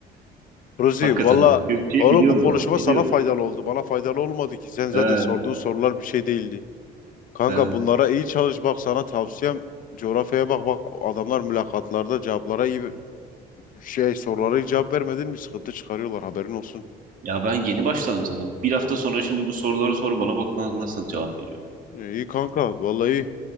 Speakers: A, on the left; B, on the right.
A: Ruzi
B: Hakikaten
A: valla
B: abi. Gökçe'yi
A: oğlum
B: biliyorum
A: bu konuşma
B: lan. Biliyorum.
A: sana faydalı oldu. Bana faydalı olmadı ki. Sen zaten
B: He,
A: sorduğun sorular bir şey değildi. Kanka
B: he.
A: bunlara iyi çalış bak sana tavsiyem coğrafyaya bak bak adamlar mülakatlarda cevaplara iyi Şey sorulara hiç cevap vermedin mi? Sıkıntı çıkarıyorlar haberin olsun.
B: Ya ben yeni başladım zaten. Bir hafta sonra şimdi bu soruları sor bana bak ona nasıl cevap veriyor.
A: E, İyi kanka vallahi iyi.